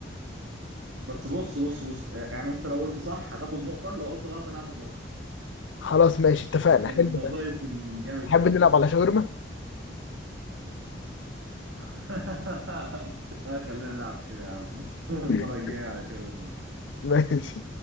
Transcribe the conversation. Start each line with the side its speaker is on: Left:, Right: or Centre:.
Right: بس بص بص بص يعني أنت لو قلت صح هتاخد نقطة لو قلت غلط أنا هاخد نقطة
Left: خلاص ماشي اتفقنا
Right: عشان
Left: حلو
Right: الموضوع
Left: ده.
Right: يكون جامد
Left: تحب
Right: قوي
Left: نلعب على شاورما
Right: <laughs> آه خلينا نلعب كده يا عم <laughs> المرة
Left: <laughs>
Right: الجاية على شاورما
Left: ماشي